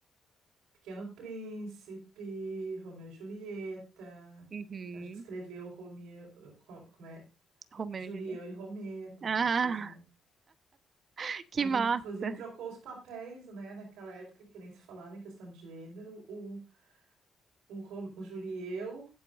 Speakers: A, on the right; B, on the right.
A: Pequeno Príncipe, Romeu e Julieta.
B: Uhum.
A: Então a gente escreveu Romeu, Ro- como é?
B: Romeu
A: Julieu
B: e Julieta.
A: e Rometa. Então
B: Ah,
A: a gente fez uma.
B: <laughs> que
A: A
B: massa.
A: gente, inclusive, trocou os papéis, né? Naquela época que nem se falava em questão de gênero. O, o, Ro- o Julieu